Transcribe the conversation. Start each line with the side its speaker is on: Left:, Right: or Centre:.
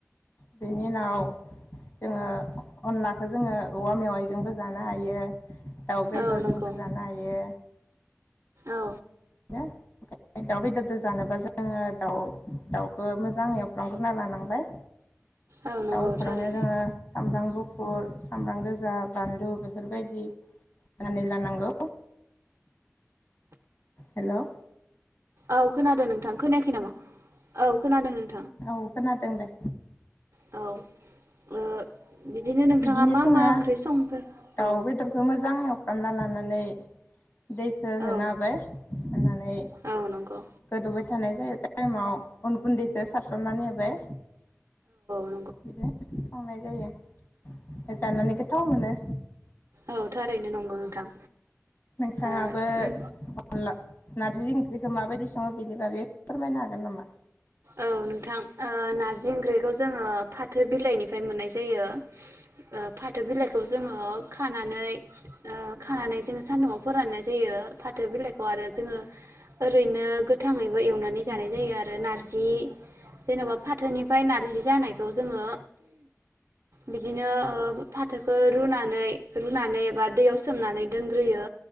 Left: बेनि उनाव जोङो अनलाखो जोङो औवा मेवाइजोंबो जानो हायो दाउ बेदरजोंबो
Right: औ नंगौ
Left: जानो हायो
Right: औ
Left: <unintelligible> दाउ बेदरदो जानोबा जोङो दा दाउखौ मोजां एवफ्रानग्रोना लानांबाय
Right: औ नंगौ
Left: दाव एवफ्रामनायाव
Right: थारैनो
Left: जोङो सामब्राम गु फुर सामब्राम गोजा बानलु बेफोरबायदि होननानै लानांगौ हेलौ'
Right: औ खोनादों नोंथां खोनायाखै नामा औ खोनादों नों
Left: औ खोनादों दे
Right: औ ओ नोंथाङा
Left: बिदिनो
Right: मा
Left: जोङो
Right: मा ओंख्रि संफोर
Left: दाउ
Right: औ
Left: बेदरखौ मोजां एव फ्रामना लानानै दैखो
Right: औ
Left: होना होबाय होना नै
Right: औ नंगौ
Left: गोदौबाय थानाय जायो टाइमाव अन गुन्दैखो सारसननानै होबाय
Right: !!!
Left: बिदिनो संनाय जायो जानानै गोथाव मोनो
Right: औ थारैनो नंगौ नोंथां
Left: नोंथाङाबो
Right: ओ
Left: अनला
Right: नों
Left: नारजि ओंख्रिखौ माबायदि सङो बेनि बागै फोरमायनो हागोन नामा
Right: ओ नोंथां ओ नारजि ओंख्रिखौ जोङो फाथो बिलाइनिफ्राय मोननाय जायो ओ फाथो बिलाइखौ जोङो खानानै ओ खानानै जोङो सान्दुंआव फोराननाय जायो फाथो बिलाइखौ आरो जोङो ओरैनो गो थाङैबो एवनानै
Left: औ नोंथां
Right: जानाय जायो आरो नारजि जेनबा फाथोनिफ्राय नारजि जानायखौ जोङो बिदिनो ओ फाथोखौ रुनानै रुनानै एबा दैयाव सोमनानै दोनग्रोयो